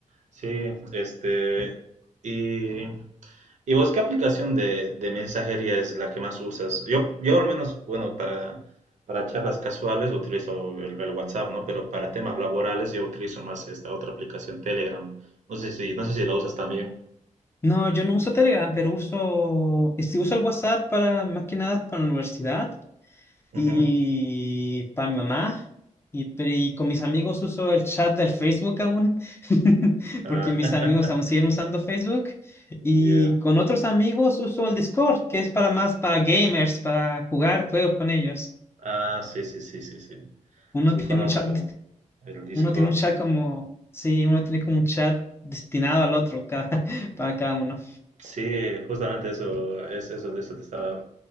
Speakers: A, on the right; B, on the left.
A: sí, este, y ¿Y vos qué aplicación de, de mensajería es la que más usas? Yo, yo al menos, bueno, para, para charlas casuales utilizo el, el WhatsApp, ¿no? Pero para temas laborales yo utilizo más esta otra aplicación, Telegram. No sé si, no sé si la usas también.
B: No, yo no uso Telegram, pero uso, y si uso el WhatsApp para más que nada para la universidad.
A: Ujú.
B: y para mi mamá. Y, pero- y con mis amigos uso el chat del Facebook aún, <laughs>
A: Ah,
B: porque mis
A: <laughs>
B: amigos aún siguen usando Facebook. Y
A: ya.
B: con otros amigos uso el Discord, que es para más para gamers, para jugar juegos con ellos.
A: Ah, sí, sí, sí, sí, sí.
B: Uno
A: Sí,
B: tiene
A: conozco
B: un chat, <laughs>
A: el Discord.
B: uno tiene un chat como, sí, uno tiene como un chat destinado al otro cada, <laughs> para cada uno.
A: Sí, justamente eso, es eso, de eso te estaba